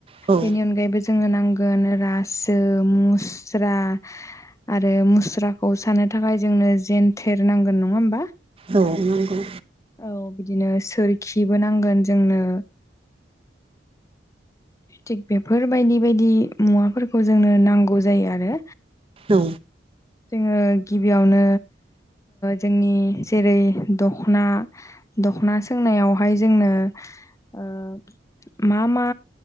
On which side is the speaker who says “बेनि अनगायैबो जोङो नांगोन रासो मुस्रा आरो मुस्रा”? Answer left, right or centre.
Left